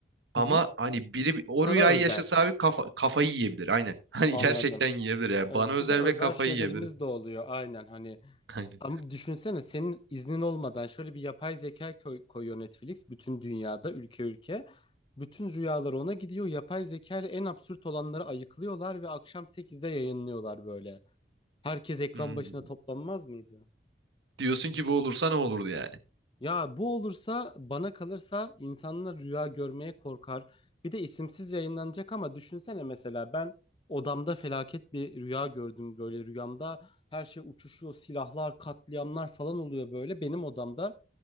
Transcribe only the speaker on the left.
hı hı.
Sana
özel.
Anladım.
Evet,
bir de özel
şeylerimiz
de oluyor. Aynen hani
Ama düşünsene senin iznin olmadan şöyle bir yapay zeka koy- koyuyor Netflix bütün dünyada ülke ülke. Bütün rüyalar ona gidiyor. Yapay zeka ile en absürt olanları ayıklıyorlar ve akşam sekizde yayınlıyorlar böyle. Herkes ekran
başına toplanmaz mıydı?
Ya bu olursa bana kalırsa insanlar rüya görmeye korkar. Bir de isimsiz yayınlanacak ama düşünsene mesela ben odamda felaket bir rüya gördüm böyle rüyamda her şey uçuşuyor silahlar katliamlar falan oluyor böyle benim odamda.